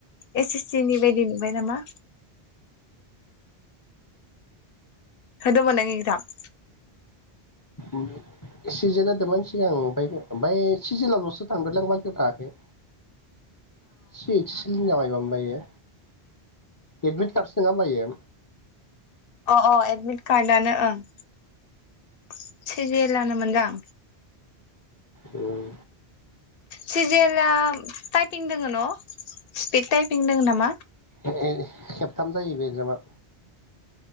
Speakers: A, on the left; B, on the left.
A: एस सि सि नि बायदि नुबाय नामा। होदोंमोन नोङो एकजाम।
B: ओं सिजिएल होदोंमोन सिगां आं ओमफ्राय ओमफ्राय सिजिएल आवल'सो थांदोंलां बाखिआव थाङाखै।
A: <inaudible>
B: सिक्क सिनि ना मायाबा मोनबा इयो ऐडमिट कार्ड सो नङाहोनबा इयो।
A: अ अ एडमिट कार्डआनो ओं सिजिएल लानो मोनदां।
B: उम।
A: सिजिएल टाइपिं दोङ न' स्पिड टाइपिं दोङ नामा?
B: ए खेबथाम जायो बे एगजामा।